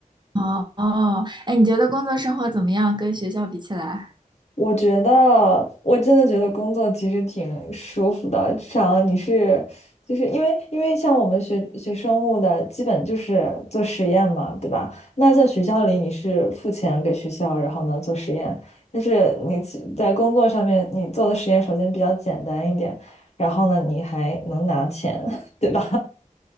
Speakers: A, on the right (about 30°); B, on the left (about 50°).
A: 哦哦，哎，你觉得工作生活怎么样？跟学校比起来？
B: 我觉得，我真的觉得工作其实挺舒服的，至少你是，就是因为因为像我们学学生物的，基本就是做实验嘛，对吧？那在学校里你是付钱给学校，然后呢做实验，但是你其在工作上面你做的实验首先比较简单一点，然后呢你还能拿钱，<laughs> 对吧？